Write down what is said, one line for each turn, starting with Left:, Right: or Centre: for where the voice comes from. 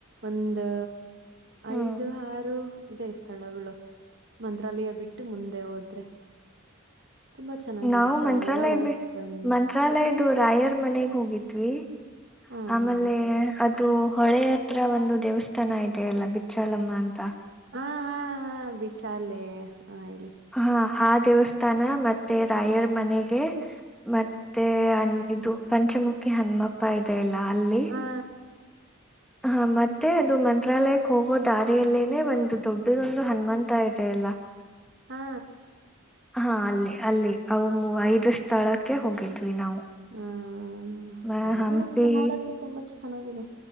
Right: ಒಂದು.
Centre: ಹ್ಮ್
Right: ಐದು ಆರು ಇದೆ ಸ್ಥಳಗಳು ಮಂತ್ರಾಲಯ ಬಿಟ್ಟು ಮುಂದೆ ಹೋದ್ರೆ. ತುಂಬಾ ಚೆನ್ನಾಗಿರುತ್ತೆ
Centre: ನಾವು ಮಂತ್ರಾಲಯ
Right: ಅಲ್ಲೆಲ್ಲ ಹೋಗ್
Centre: ಬಿಟ್ಟ
Right: ಬನ್ನಿ.
Centre: ಮಂತ್ರಾಲಯದು ರಾಯರ್ ಮನೆಗ್ ಹೋಗಿದ್ವಿ.
Right: ಹಾ,
Centre: ಆಮೇಲೆ
Right: ಹಾ.
Centre: ಅದ. ಇದು ಹೊಳೆಯ ಹತ್ರ ಒಂದು ದೇವಸ್ಥಾನ ಇದೆ ಅಲ್ಲ ಬಿಚ್ಚಾಲಮ್ಮ ಅಂತ.
Right: ಹಾ ಹಾ ಹಾ ಬಿೀಚ ಅಲ್ಲೇ ಹ ಹೇಳಿ.
Centre: ಹಾ ಆ ದೇವಸ್ಥಾನ ಮತ್ತೆ ರಾಯರ್ ಮನೆಗೆ. ಮತ್ತೆ ಅ ಇದು ಪಂಚಮುಖಿ ಹನುಮಪ್ಪ ಇದೆೆಯಲ್ಲ ಅಲ್ಲಿ.
Right: ಹಾ.
Centre: ಹಾ ಮತ್ತೆ ಅದು ಮಂತ್ರಾಲಯಕ್ ಹೋಗೋ ದಾರಿಯಲ್ಲೇನೆ ಒಂದು ದೊಡ್ಡದೊಂದು ಹನುಮಂತ ಇದೆೆಯಲ್ಲ.
Right: ಹಾ.
Centre: ಹಾ ಅಲ್ಲಿ ಅಲ್ಲಿ ಅವು ಐದು ಸ್ಥಳಕ್ಕೆ ಹೋಗಿದ್ವಿ ನಾವು.
Right: ಹ್ಮ
Centre: ಮ-
Right: ಸ್ಥಳಗಳಿಗೆ
Centre: ಹಂಪಿ
Right: ನೋಡಕ ತುಂಬಾ ಚೆನ್ನಾಗಿದೆ.